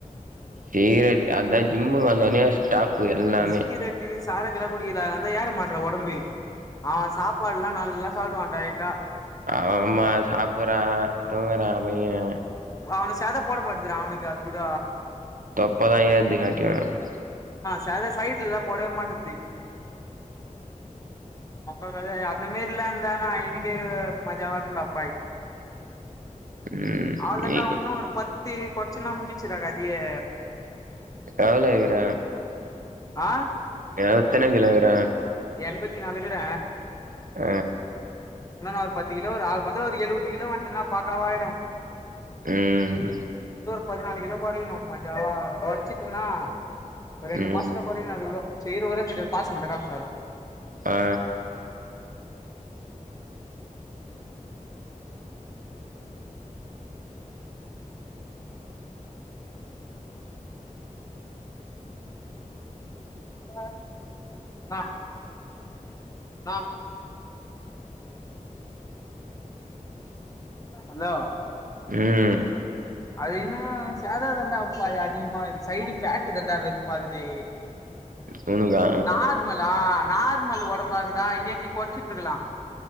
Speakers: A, on the right; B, on the left.
A: சிக்ரட் அதான் ஜிம்முகு வந்தோனே ஸ்டாப்பு எல்லாமே
B: நீ சிகரெட்டு சாரக்கெல்லா புடிக்கிற அதுனாலதா ஏற மாட்ற ஒடம்பு ஆனா சாப்பாடுல்லா நல்லா சாப்புடுவா டயட்டா
A: அவ அம்மா சாப்பறா தூங்குறா பைய
B: அவனு சேத போட மாட்டக்துடா அவனுக்கு அது கூட
A: தப்பாதா <unintelligible>
B: சத சயிட்டுலல போடவே மாட்டேக்து <unintelligible> கத அந்த மாரிலா இருந்தானா எனக்கே மஜாவா இருக்கும்ண்டா அப்பாய்
A: ம்
B: அவ்ளோதான்டா
A: நீ
B: உன்னு ஒரு பத்து கொறச்சுன்னா முடிஞ்சிச்சிடா கதியே
A: எவ்ளோ இக்கிற
B: ஆ
A: அ எத்தன கிலோ க்குற
B: எண்பத்தி நாலு க்குற
A: ஆ
B: இன்னு நா ஒரு பத்து கிலோ ஒரு ஆக மொத்தொ ஒரு எழுவது கிலோ வந்துட்டுன்னா பக்காவ ஆயிடு
A: ம்
B: பதினாலு கிலோ கொறையணு மஜாவா கொறச்சுட்டுன்னா ரெண்டு
A: ம்
B: மாசத்துல கொறையணு அது கிலோ சரி இரு ஒரே நிமிஷ இரு பாஸ் மட்டு காம்ச்சிட்டு வாரே
A: ஆ
B: ஆ ம ஆ ஹலோ
A: ம்
B: அது என்னனா சாதா தண்டாப்பய அதிகமாது சைடு ஃபேட்டு் தான்டா வெறுப்பாகுது
A: சோனுக்கா
B: நார்மலா நார்மல் ஒடம்பா இருந்தா இனேத்தி கொறச்சிட்டுருக்கலா